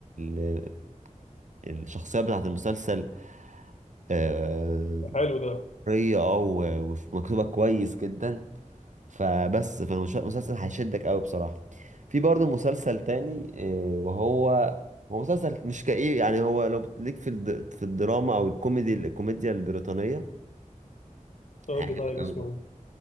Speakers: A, on the right (about 65°); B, on the left (about 60°).
A: ال الشخصية بتاعت المسلسل آه،
B: حلو ده
A: طرية اه و- ومكتوبة كويس جدا فبس فالمسلسل هيشدك قوي بصراحة في برضه مسلسل تاني آه، وهو هو مسلسل مش كئيب يعني هو لو ليك في الد- في الدراما او الكوميدي الكوميديا البريطانية
B: قول
A: هيعجبك
B: لي طيب
A: قوي
B: اسمه